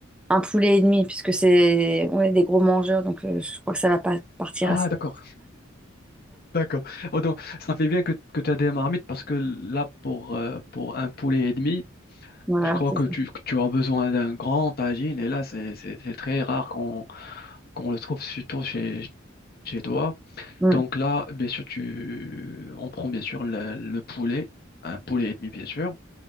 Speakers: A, in the centre; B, on the left.
A: un poulet et demi, puisque c'est, on est des gros mangeurs, donc euh, je crois que ça va pas partir
B: Ah,
A: assez
B: d'accord.
A: vite.
B: D'accord. Oh, donc, ça fait bien que, que tu as des marmites parce que là, pour, euh, pour un poulet et demi,
A: Voilà,
B: je crois
A: c'est
B: que
A: ça.
B: tu, que tu as besoin d'un grand tagine. Et là, c'est c'est- c'est très rare qu'on qu'on le trouve surtout chez, chez toi.
A: Hmm.
B: Donc là, bien sûr, tu, on prend bien sûr le, le poulet, un poulet et demi, bien sûr.